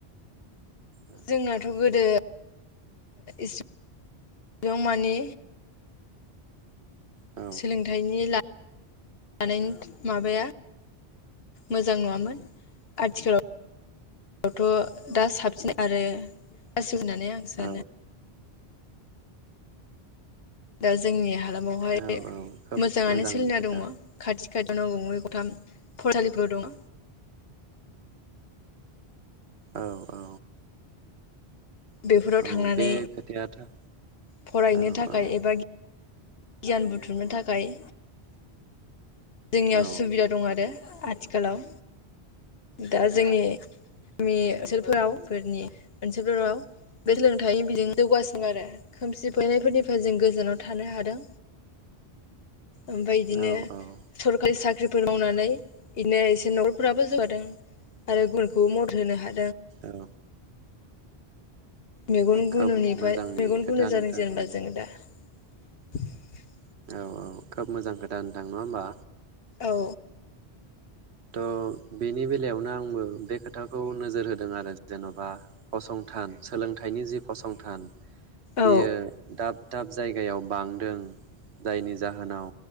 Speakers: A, on the right; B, on the left.
A: औ
B: जोंनाथ' गोदो <inaudible> याव माने
A: औ
B: सोलोंथाइनि ला नायनि माबाया मोजां नुवामोन आथिखालावथ' दा साबसिन आरो <inaudible> होननानै आं सानो
A: औ
B: दा जोंनि <unintelligible> हालामावहाय
A: औ औ खोब
B: मोजाङानो
A: मोजांनि
B: सोलिना
A: खोथा
B: दङ खाथि <unintelligible> गंनै गथाम फरायसालिफोर दङ।
A: औ औ।
B: बेफोराव
A: औ
B: थांनानै
A: बे खोथाया <unintelligible>
B: फरायनो
A: औ
B: थाखाय
A: औ
B: एबा <unintelligible> गायान बुथुमनो थाखाय जोंनियाव
A: औ
B: सुबिदा दं आरो। आथिखालाव दा जोंनि <unintelligible> <unintelligible> फोरनि <unintelligible> बे सोलोंथायाइनि बिजों जौगासिनो आरो खोमसि फैनायफोरनिफ्राय जों गोजानाव थानो हादों। ओमफाय इदिनो
A: औ औ
B: सरखारि साख्रिफोर मावनानै बिनो एसे नखरफोराबो जौगादों आरो गुबुनखौबो मदद होनो हादों।
A: औ।
B: मेगन
A: खोब
B: गुनुनिफ्राय
A: मोजांनि
B: मेगन
A: खोथा
B: गुनु
A: नोंथां
B: जादों जेनेबा जोङो दा <unintelligible>
A: औ औ खोब मोजां खोथा नोंथां नङा होमबा।
B: औ
A: थ' बेनि बेलायावनो आंबो बे खोथाखौ नोजोर होदों आरो जेनबा फसंथान सोलोंथाइनि जि फसंथान बियो
B: औ
A: <unintelligible> दाब जायगायाव बांदों जायनि जाहोनाव